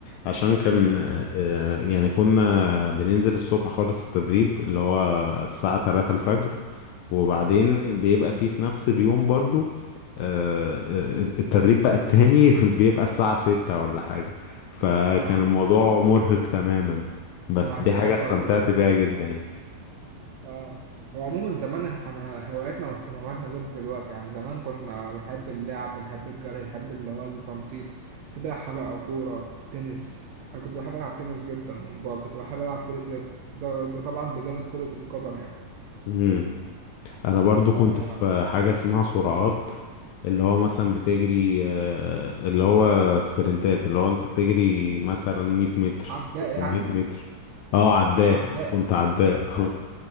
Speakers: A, on the left; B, on the right.
A: عشان كان
B: ايوه فاهم.
A: آه، يعني كنا بننزل الصبح خالص التدريب اللي هو الساعة 3 الفجر وبعدين
B: اه
A: بيبقى فيه في نفس اليوم برضو آه، آه، التدريب بقى التاني <laughs> بيبقى الساعة ستة ولا حاجة فكان
B: اه
A: الموضوع مرهق تماما بس
B: مع المذاكرة
A: دي حاجة استمتعت
B: والامتحانات
A: بيها
B: وكده
A: جدا يعني
B: اه هو عموما زمان احنا هواياتنا واهتماماتنا غير دلوقتي يعني زمان كنا بنحب اللعب بنحب الجري نحب اللي هو التنطيط سباحة بقى كورة تنس انا كنت بحب العب تنس جدا وكنت بحب العب كرة يد ده, ده طبعا بجانب كرة القدم يعني
A: مم. انا برضو كنت
B: آه
A: في حاجة اسمها سرعات اللي هو مثلا بتجري آه، اللي هو سبرنتات اللي هو انت بتجري مثلا 100 متر
B: عداء
A: 400
B: يعني
A: متر اه عداء
B: عداء
A: كنت
B: يعني
A: عداء <laughs>
B: ايوه